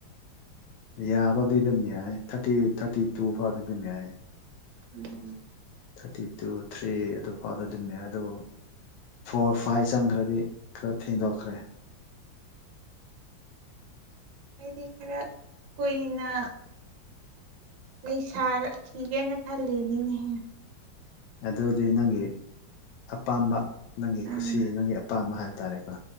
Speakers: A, on the left; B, on the right.
A: ꯌꯥꯕꯕꯨꯗꯤ ꯑꯗꯨꯝ ꯌꯥꯏ ꯊꯥꯔꯇꯤ ꯊꯥꯔꯇꯤ ꯇꯨ ꯐꯥꯎꯗꯤ ꯑꯗꯨꯝ ꯌꯥꯏ
B: ꯎꯝ
A: ꯊꯥꯔꯇꯤ ꯇꯨ ꯊ꯭ꯔꯤ ꯑꯗꯨ ꯐꯥꯎꯗ ꯑꯗꯨꯝ ꯌꯥꯏ ꯗꯨꯕꯨ ꯐꯣꯔ ꯐꯥꯏꯚ ꯆꯪꯈ꯭ꯔꯗꯤ ꯈꯔ ꯊꯦꯡꯗꯣꯛꯈ꯭ꯔꯦ
B: ꯑꯩꯗꯤ ꯈꯔ ꯀꯨꯏꯅ ꯂꯩꯁꯥꯔꯛꯈꯤꯒꯦꯅ ꯈꯜꯂꯤꯅꯤꯅꯦꯍꯦ
A: ꯑꯗꯨꯗꯤ ꯅꯪꯒꯤ ꯑꯄꯥꯝꯕ ꯅꯪꯒꯤ
B: ꯑꯥ
A: ꯈꯨꯁꯤ ꯅꯪꯒꯤ ꯑꯄꯥꯝꯕ ꯍꯥꯏꯇꯥꯔꯦꯀꯣ